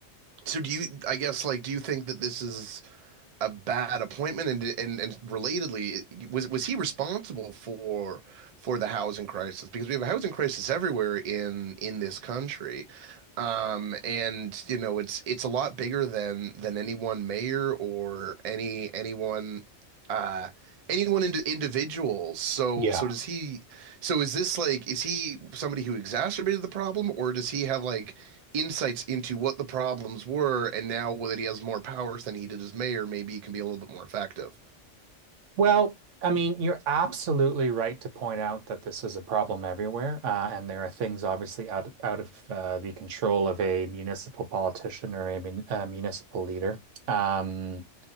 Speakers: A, on the right (about 50°); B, on the right (about 85°).
A: So do you, I guess, like, do you think that this is a bad appointment? And and and relatedly, was was he responsible for for the housing crisis? Because we have a housing crisis everywhere in in this country. Um, and you know, it's it's a lot bigger than than any one mayor or any anyone uh anyone into individual. So
B: Yeah.
A: so does he so is this like is he somebody who exacerbated the problem or does he have like insights into what the problems were, and now that he has more powers than he did as mayor, maybe he can be a little bit more effective.
B: Well, I mean, you're absolutely right to point out that this is a problem everywhere, uh, and there are things obviously out out of uh, the control of a municipal politician or a, mun- a municipal leader. Um,